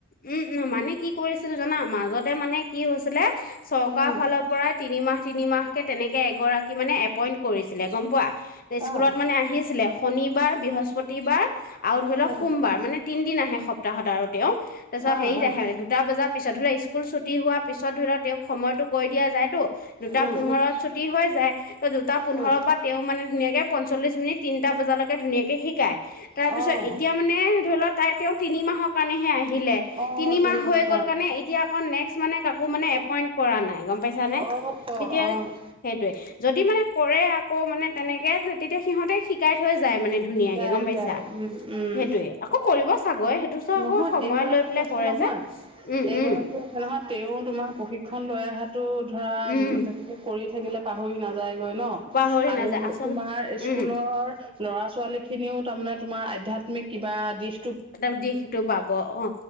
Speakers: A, on the left (about 45°); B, on the right (about 25°).
A: উম উম মানে কি কৰিছিল জানা? মাজতে মানে কি হৈছিলে? চৰকাৰ
B: উম
A: ফালৰ পৰাই তিনিমাহ, তিনিমাহকে তেনেকে এগৰাকী মানে এপইণ্ট কৰিছিলে, গম পোৱা? স্কুলত
B: অঁ
A: মানে আহিছিলে। শনি বাৰ বৃহস্প পতিবাৰ, আও ধৰি লওক
B: অ',
A: সোমবাৰ মানে তিন দিন আহে। সপ্তাহত আৰু তেওঁ তাৰপিছত
B: অ',
A: হেইত
B: অ',
A: আহে দুটা বজাৰ পিছত। ধৰি ল' স্কুল ছুটি হোৱাৰ পিছত ধৰি লওক তেওঁক সময়টো কৈ দিয়া যায়তো, দুটা
B: উম,
A: পোন্ধৰত ছুটি হৈ যায়। ত' দুটা পোন্ধৰৰ
B: উম,
A: পৰা তেওঁ মানে ধুনীয়াকে পঞ্চল্লিশ মিনিট তিনটা বজালৈকে ধুনীয়া শিকি-শিকায়। তাৰ পিছত
B: অ',
A: এতিয়া মানে ধৰি লোৱা তাইত তেওঁ তিনি মাহৰ কাৰণেহে আহিলে।
B: অ', অ',
A: তিনিমাহ
B: মাহৰ
A: হৈ গ'ল কাৰণে এতিয়া আকৌ নেক্স মানে কাকো মানে এপইণ্ট কৰা নাই। গম পাইছা নে?
B: অ',
A: তেতিয়া
B: অ',
A: সেইটোৱে যদি মানে কৰে আকৌ মানে তেনেকে তেতিয়া সিহঁতে শিকাই থৈ যায় মানে ধুনীয়াকে,
B: যায়,
A: গম পাইছা?
B: যায়, উম, উম,
A: সেইটোয়ে আকৌ কৰিব চাগৈ সেইটো চ
B: নহয়
A: আকৌ সময়
B: এইগৰাকীও
A: লৈ পেলাই
B: আছে
A: কৰে
B: নহয়,
A: যে উম
B: এইগৰাকীও
A: উম
B: আছে নহয়, তেওঁ তোমাৰ প্ৰশি খন লৈ আহাত টো ধৰা
A: উম
B: তেনেকে কৰি থাকিলে পাহৰি নায- যাইগৈ ন'
A: পাহৰি
B: আৰু
A: নাযায় আচল
B: তোমাৰ স্কুলৰ
A: উম
B: ল'ৰা ছোৱালী খিনিও তাৰমানে তোমাৰ আধ্যাত্মিক কিবা দিশ
A: এটাও দিশটো পাব অ,